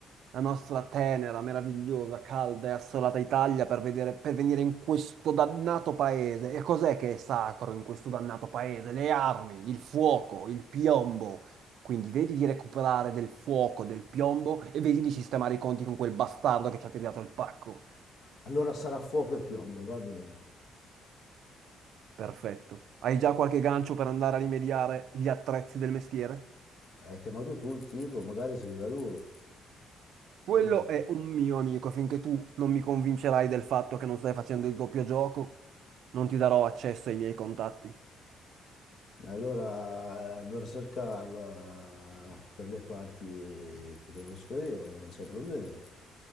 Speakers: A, on the right (about 65°); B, on the left (about 50°).
A: la nostra tenera, meravigliosa, calda e assolata Italia per vedere- per venire in questo dannato paese. E cos'è che è sacro in questo dannato paese? Le armi, il fuoco, il piombo. Quindi vedi di recuperare del fuoco, del piombo e vedi di sistemare i conti con quel bastardo che ci ha tirato il pacco.
B: Allora sarà fuoco e piombo, va bene.
A: Perfetto. Hai già qualche gancio per andare a rimediare gli attrezzi del mestiere?
B: Hai chiamato tu il tipo, magari se li dà lui.
A: Quello
B: Io
A: è un mio amico, finché tu non mi convincerai del fatto che non stai facendo il doppio gioco, non ti darò accesso ai miei contatti.
B: Allora andrò a cercarla per le parti che conosco io, non c'è problema.